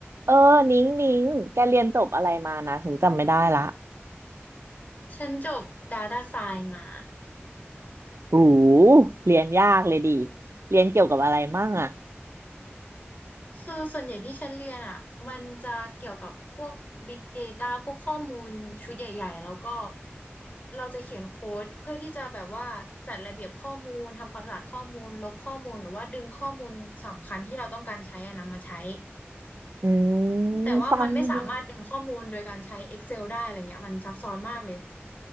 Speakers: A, on the right (about 75°); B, on the left (about 40°).
A: เออนิ้งนิ้งแกเรียนจบอะไรมานะถึงจำไม่ได้ละ
B: ฉันจบ Data Science มา
A: หูเรียนยากเลยดิเรียนเกี่ยวกับอะไรมั่งอะ
B: คือส่วนใหญ่ที่ฉันเรียนอ่ะมันจะเกี่ยวกับพวก Big Data พวกข้อมูลชุดใหญ่ๆ แล้วก็เราจะเขียนโค้ดเพื่อที่จะแบบว่าจัดระเบียบข้อมูล ทำความสะอาดข้อมูลลบข้อมูลหรือว่าดึงข้อมูลสำคัญที่เราต้องการใช้อะนำมาใช้
A: อืมฟังดู
B: แต่ว่ามันไม่สามารถดึงข้อมูลโดยการใช้ Excel ได้อะไรเงี้ยมันซับซ้อนมากเลย